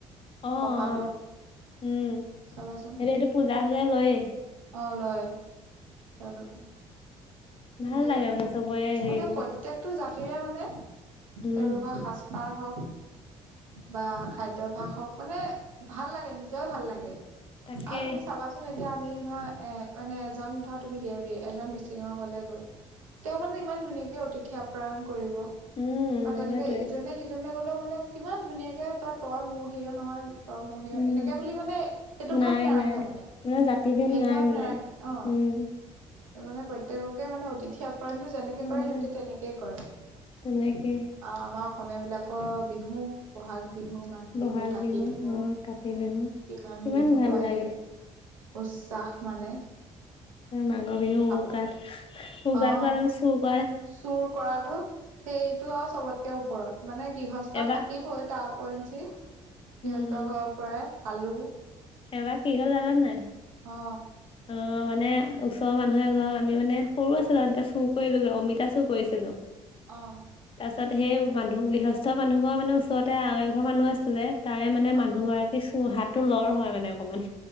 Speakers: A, on the left; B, on the right.
A: অ', অ',
B: কপালত
A: উম,
B: চাবাচোন
A: সেইটো সেইটো পূজা হলে লয়ে।
B: অ', লয় তেওঁলোকে। গতিকে
A: ভাল লাগে মানে চবৰে হেৰিবোৰ
B: মানে প্ৰত্যেকটো জাতিৰে মানে
A: উম,
B: তেওঁলোকৰ সাজ পাৰ হওঁক বা খাদ্যভাস হওক মানে ভাল লাগে নিজৰ ভাল লাগে।
A: তাকে
B: আৰু তুমি চাবাচোন এ এতিয়া আমি ধৰা এ মানে এজন ধৰা তুমি দেউৰী এজন মিচিঙক গ'লে তেওঁ মানে ইমান ধুনীয়াকে অতিথি আপ্ৰায়ন কৰিব,
A: উম, উম,
B: বা তেনেকে
A: সেইটোৱে
B: ইজনে সিজন <unintelligible> মানে কিমান ধুনীয়াকে তই মোৰ হেৰিয় নহয়। তই মোৰ সেয়ে
A: উম,
B: এনেকে বুলি মানে সেইটো
A: নাই
B: ভাৱ নাৰাখে
A: নাই
B: মানে
A: জাতিভেদ
B: ভেদ
A: নাই
B: ভাৱ
A: মানে
B: নাৰাখে অ',
A: উম,
B: মানে প্ৰত্যেককে মানে অতিথি আপ প্ৰায়নটো যেনেকে
A: অ',
B: কৰে সিহঁতে তেনেকেই কৰে অ',
A: তেনেকে
B: আমাৰ সময়বিলাকৰ বিহু বহাগ বিহু মাঘ
A: বহাগ
B: বিহু, কাতি বিহু,
A: অ', কাতি বিহু
B: কিমান বিহুটো
A: ভাল
B: আহিলে।
A: লাগে
B: উচ্চ্বাস মানে।
A: মাঘৰ বিহু
B: কাপ
A: উৰুকাত- উৰুকাত
B: অ
A: চোৰ
B: চুৰ কৰাটো সেইটো আৰু চবতকে ওপৰত। মানে গৃহস্থ
A: এবাৰ
B: থাকিবই তাৰ ওপৰত যে গৃহস্থক
A: উম
B: ঘৰৰ পৰাই আলু
A: এবাৰ কি হল জানা নে নাই?
B: অ
A: অ', মানে ওচৰৰ মানুহ এঘৰ আমি মানে সৰু আছিলো আৰু এতিয়া চুৰ কৰি লৈ অমিতা চুৰ কৰিছিলো।
B: অ',
A: তাৰ পিছত সেই মানুহ গৃহস্থ মানুহ ঘৰ মানে ওচৰতে আৰু এঘৰ মানুহ আছিলে। তাৰে মানে
B: অ
A: মানুহ গৰাকী চু হাতটো লৰ হয় মানে অকণমান,